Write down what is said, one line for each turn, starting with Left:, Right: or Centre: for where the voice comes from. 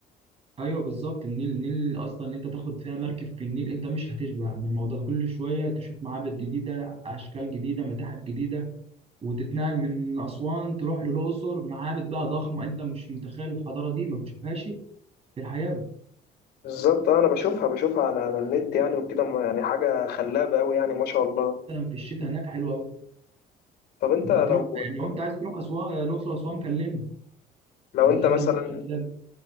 Right: ايوه بالظبط النيل النيل اصلا ان انت تاخد فيها مركب في النيل انت مش هتشبع من الموضوع ده كل شويه تشوف معابد جديده اشكال جديده متاحف جديده وتتنقل من اسوان تروح للاقصر معابد بقى ضخمه انت مش متخيل الحضاره دي ما بتشوفهاش في الحياه
Left: بالظبط آه، انا بشوفها بشوفها على على النت يعني وكده ما- يعني حاجه خلابه قوي يعني ما شاء الله
Right: مثلا في الشتاء هناك حلو قوي
Left: طب انت
Right: انت
Left: لو
Right: هتروح لو انت عايز تروح اسوان الاقصر اسوان كلمني
Left: لو
Right: ولا
Left: انت مثلا
Right: انت مش ده